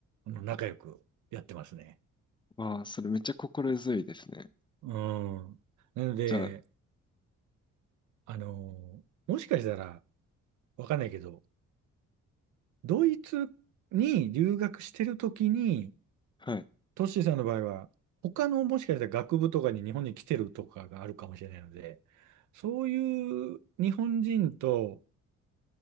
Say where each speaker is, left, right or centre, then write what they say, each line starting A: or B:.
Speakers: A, on the right; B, on the left.
A: あの仲良くやってますね。
B: わあ、それめっちゃ心強いですね。
A: うん。なので、
B: じゃあ、
A: あの、もしかしたら、わかんないけど、ドイツに留学してるときに、
B: はい。
A: トッシーさんの場合は、他のもしかしたら学部とかに日本に来てるとかがあるかもしれないので、そういう日本人と、